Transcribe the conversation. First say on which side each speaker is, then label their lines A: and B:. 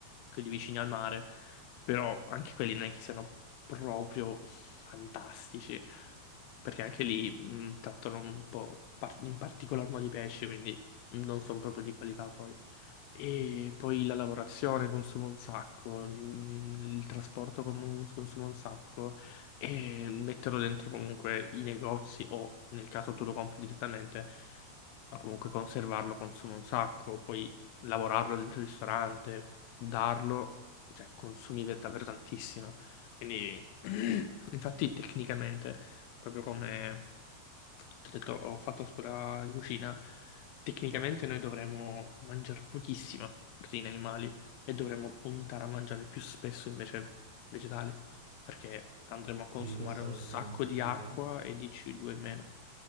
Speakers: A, on the left; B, on the right.
A: quelli vicini al mare, però anche quelli non è che siano proprio fantastici perché anche lì mh, trattano un po' par- in particolar modo i pesci, quindi non sono proprio di qualità poi. E poi la lavorazione consuma un sacco, il, il trasporto com- consuma un sacco, e metterlo dentro comunque i negozi o nel caso tu lo compri direttamente ma comunque conservarlo consuma un sacco, poi lavorarlo dentro il ristorante, darlo, cioè consumi ver- davvero tantissimo. Quindi, <clears throat> infatti, tecnicamente, proprio come ti ho detto, ho fatto a scuola di cucina. Tecnicamente noi dovremmo mangiare pochissima proteine animali e dovremmo puntare a mangiare più spesso invece vegetali, perché andremo
B: Sì,
A: a consumare
B: questo
A: un
B: lo sapevo
A: sacco
B: anch'io.
A: di acqua e di CO2 in meno.